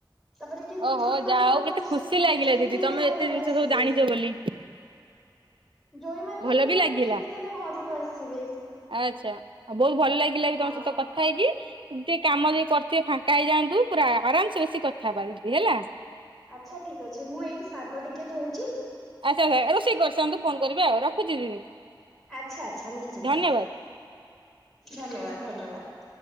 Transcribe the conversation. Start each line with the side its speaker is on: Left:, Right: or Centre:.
Centre: ତାପରେ କିନ୍ତୁ
Right: ଓହୋ
Centre: ଜୋଇ ମାନ
Right: ଯା ହଉ
Centre: କମ୍ପଲ
Right: କେତେ ଖୁସି ଲାଗିଲା
Centre: ଯେମିତି
Right: ଦିଦି
Centre: ହେଲେ
Right: ତମେ
Centre: ଘରକୁ
Right: ଏତେ ଜିନିଷ
Centre: ଆସିବେ।
Right: ସବୁ ଜାଣିଛ ବୋଲି
Centre: ଜୋଇ ମାନ
Right: ଭଲ
Centre: କିନ୍ତୁ
Right: ବି ଲାଗିଲା।
Centre: ଯେମିତି ହେଲେ ଘରକୁ ଆସିବେ।
Right: ଆଚ୍ଛା ଆଉ ବହୁତ ଭଲ ଲାଗିଲା ବି
Centre: ହଁ
Right: ତମ ସହିତ କଥା ହେଇକି ଟିକେ କାମ ଦେଇ ସେ ଫାଙ୍କା ହେଇଯାଆନ୍ତୁ ପୁରା ଆରାମସ ବସିିକ କଥା ହବା ଦିଦି ହେଲା।
Centre: ଆଚ୍ଛା ଠିକ ଅଛି ମୁଁ ଏଇଠି ଶାଗ ଟିକେ ଧଉଛି।
Right: ଆଚ୍ଛା ରୋଷେଇ କରିଥାନ୍ତୁ ଫୋନ କରିବେ ଆଉ ରଖୁଛି ଦିଦି।
Centre: ଆଚଛା ଆଚଛା ନିଶ୍ଚିନ୍ତ
Right: ଧନ୍ୟବାଦ।
Centre: ଧନ୍ୟବାଦ ଧନ୍ୟବାଦ।